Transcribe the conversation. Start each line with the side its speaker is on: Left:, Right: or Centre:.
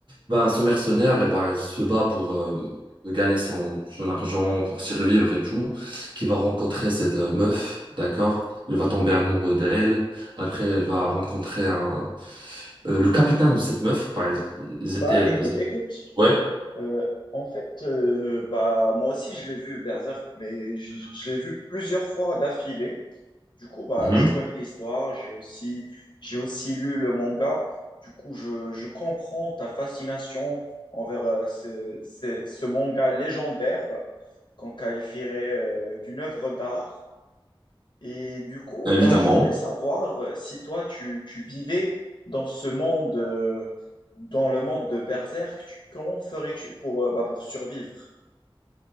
Right: Bah, ce mercenaire, eh ben, il se bat pour euh, gagner son, son argent, pour survivre et tout, qui va rencontrer cette euh, meuf, d'accord? Il va tomber amoureux d'elle. Après, elle va rencontrer un- euh, le capitaine de cette meuf. par ex- Ils
Left: Bah
Right: étaient...
Left: écoute, écoute,
Right: Ouais,
Left: Euh, en fait, euh, bah, moi aussi, je l'ai vu, Berserk, mais je, je l'ai vu plusieurs fois d'affilée. Du coup, bah,
Right: mhm,
Left: je connais l'histoire, j'ai aussi, j'ai aussi lu le manga. Du coup, je, je comprends ta fascination envers euh, ce, ce- ce manga légendaire qu'on qualifierait euh, d'une œuvre d'art. Et du coup,
Right: évidemment.
Left: bah, je voulais savoir euh, si toi, tu, tu vivais dans ce monde, euh, dans le monde de Berserk, tu- comment ferais-tu pour, euh, bah, pour survivre?